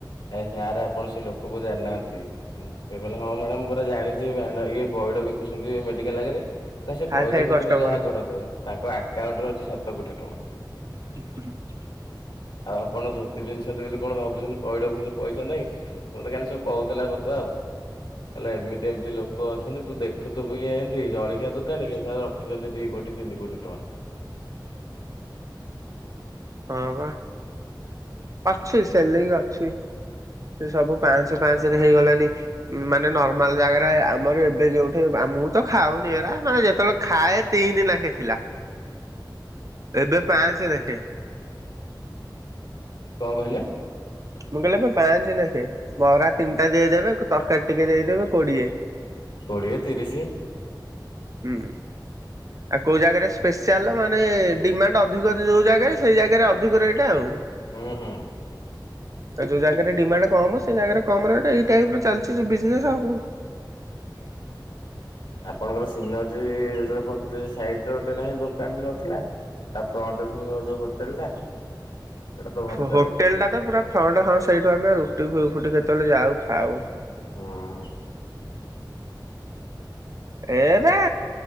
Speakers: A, on the left; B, on the right.
A: ଆ ସାରେ ଆପଣ ସେ ଲୋକକୁ ଜାଣିନାହାଁନ୍ତି! ହୁଁ, ସେ କହିଲେ ହଁ, ମ୍ୟାଡାମ୍ ମୁଁ ପରା ଜାଣିଚି, <unintelligible> ଇଏ ପଇଡ ବିକୁସୁନ୍ତି ମେଡିକାଲ୍ ଆଗେରେ! ନା, ସେ
B: ହାଇ
A: ପଇଡ଼
B: ଫାଇ
A: ବିକନ୍ତୁ,
B: କଷ୍ଟମର
A: ଯାହା କରନ୍ତୁ। ତାଙ୍କ ଆକାଉଣ୍ଟରେ ଅଛି ସାତ କୋଟି ଟଆଁ।
B: <unintelligible>
A: ଆଉ ଆପଣ ଧୋତି ପିନ୍ଧିସନ୍ତି ବେଲି କଣ ଭାବୁଚନି, ପଇଡ଼ ବିକୁସନ୍ତି ପଇସା ନାହିଁ? ମୋତେ କାଲି ସବୁ କହୁଥିଲା, କଥା ଆଉ। କଲେ ଏମିତି ଏମିତି ଲୋକ ଅଛନ୍ତି, ତୁ ଦେଖୁଥୂବୁ ଇଏ ଏଁତି, ଜଳଖିଆ ଦୋକାନୀ! କିନ୍ତୁ <unintelligible> ଖିଛନ୍ତି ଦି କୋଟି, ତିନି କୋଟି ଟଆଁ।
B: ହଁ ବା, ଅଛି ସେଲେରି ଅଛି। ସେ ସବୁ ପାଞ୍ଚ ପାଞ୍ଚ ରେ ହେଇଗଲାନି। ମାନେ ନର୍ମାଲ ଜାଗାରେ ଆମର ଏବେ ଯୋଉଠେ, ଆ ମୁଁ ତ ଖାଉନି, ଏରା ମାନେ ଯେତେବେଳେ ଖାଏ ତିନି ନାଖେ ଥିଲା। ଏବେ ପାଞ୍ଚେ ନେଖେ।
A: କଣ କହିଲେ?
B: ମୁଁ କହିଲି ଆବେ ପାଞ୍ଚେ ନେଖେ। ବରା ତିନିଟା ଦେଇଦେବେ, ତରକାରୀ ଟିକେ ଦେଇଦେବେ, କୋଡ଼ିଏ।
A: କୋଡ଼ିଏ, ତିରିଶି।
B: ହୁଁ। ଆଉ କଉ ଜାଗାରେ ସ୍ପେସିଆଲ୍ ମାନେ ଡିମାଣ୍ଡ ଅଧିକ ଅଛି ଯଉ ଜାଗାରେ, ସେଇ ଜାଗାରେ ଅଧିକ ରେଟ୍ ଆଉ।
A: ହୁଁ ହୁଁ।
B: ଆଉ ଯୋଉ ଜାଗାରେ ଡିମାଣ୍ଡ କମ୍। ସେ ଜାଗାରେ କମ୍ ରେଟ୍, ଏଇ ଟାଇପ୍ ର ଚାଲିଚି ବିଜ୍ ନେସ୍ ଆଉ କଣ? <inaudible>
A: ଆପଣଙ୍କର ସିନର୍ଜି-ଇ ଯେତେବେଳେ ପଢୁଥିଲି, ସାଇଡ଼୍ ରେ ଗୋଟେ ନାହିଁ, ଦୁକାନ୍ ଟେ ନଥିଲା! ତା ଫ୍ରଣ୍ଟରେ <unintelligible> ଯୋଉ ହୋଟେଲ ଟା!
B: ହ <unintelligible>
A: ସେଇଟା ତ ଭଲ
B: ହୋ
A: ଚାଲେ
B: -ହୋଟେଲଟା ତ ପୁରା ଫ୍ରଣ୍ଟ ହଁ, ସେଇଠୁ ଆମେ ରୁଟି ଫୁ- ଫୁଟି କେତେବେଳେ ଯାଉ, ଖାଉ।
A: ହୁଁ।
B: ଏ-ଏ ନାଁ